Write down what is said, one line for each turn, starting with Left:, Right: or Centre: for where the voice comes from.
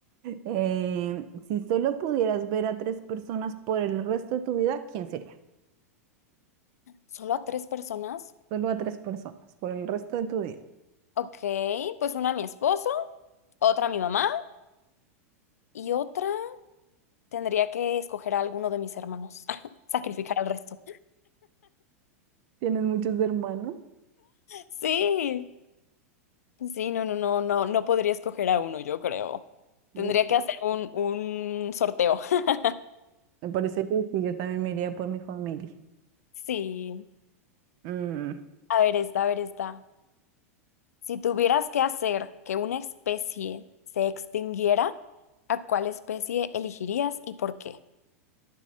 Right: Eh, si solo pudieras ver a tres personas por el resto de tu vida, ¿quién sería?
Left: Solo a tres personas.
Right: Solo a tres personas por el resto de tu vida.
Left: Ok, pues una a mi esposo, otra a mi mamá y otra tendría que escoger a alguno de mis hermanos. <laughs> Sacrificar al resto.
Right: ¿Tienes muchos hermanos?
Left: Sí, sí, no, no, no, no, no podría escoger a uno, yo creo. Tendría
Right: Uh.
Left: que hacer un, un sorteo. <laughs>
Right: Me parece que sí, yo también me iría por mi familia.
Left: Sí.
Right: Mm,
Left: A ver, esta, a ver, esta. Si tuvieras que hacer que una especie se extinguiera, ¿a cuál especie elegirías y por qué?